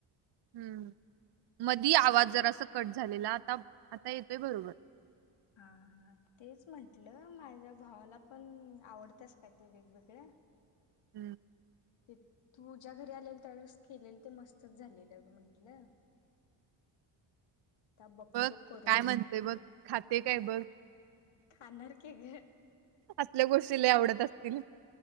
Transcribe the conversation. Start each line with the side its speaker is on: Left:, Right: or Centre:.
Right: हम्म मधी आवाज जर अस कट झालेला आता आता येतोय बरोबर
Left: हा हा तेच म्हंटलं माझ्या भावाला पण आवडतस काय ते वेगवेगळ्या
Right: हम्म
Left: ते तू ज्या घरी आलेल त्यावेळेस केलेल ते मस्तच झालेलं म्हंटलं, आता बघतो
Right: बघ
Left: करून
Right: काय म्हणते बघ खाते काय बघ
Left: खाणार की ग
Right: असल्या गोष्टीला आवडत असते. तल